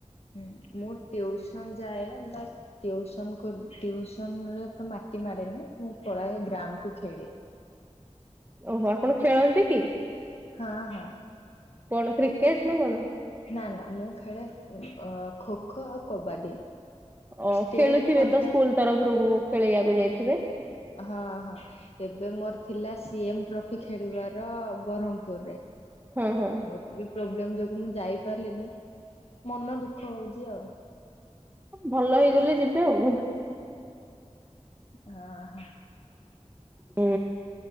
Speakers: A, on the left (about 60°); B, on the right (about 15°).
A: ହୁଁ ମୁଁ ଟିଉସନ୍ ଯାଏ ବା ଟିଉସନ କରୁ ଟିଉସନରେ ପୁରା ମାଟି ମାଡ଼େନି ମୁଁ ପଳାଏ ଗ୍ରାଉଣ୍ଡକୁ ଖେଳି।
B: ଓହୋ ଆପଣ ଖେଳନ୍ତିକି?
A: ହଁ ହଁ।
B: କଣ କ୍ରିକେଟେନା କଣ?
A: ନା ନା ମୁଁ ଖେଳେ ଅ ଖୋ ଖୋ ଆଉ କବାଡି।
B: ଓ
A: ଷ୍ଟେଟ
B: ଖେଳୁଥିବେତ
A: ପର୍ଯ୍ୟ
B: ସ୍କୁଲ୍ ତରଫରୁ ବୋହୁ ଖେଳିବାକୁ ଯାଇଥିବେ?
A: ହଁ ହଁ। ଏବେ ମୋର ଥିଲା ସି ଏମ ଟ୍ରଫି ଖେଳିବାର ବହ୍ମପୁରୁରେ।
B: ହୁଁ ହୁଁ।
A: ମୋର ଟିକେ ପ୍ରୋବ୍ଲେମ ଯୋଗୁ ମୁଁ ଯାଇପାରିଲିନି ମନ ଦୁଃଖ ହଉଚି ଆଉ।
B: ଭଲ ହେଇଗଲେ ଯିବେ ଆଉ।
A: ଓହୋ।
B: ହୁଁ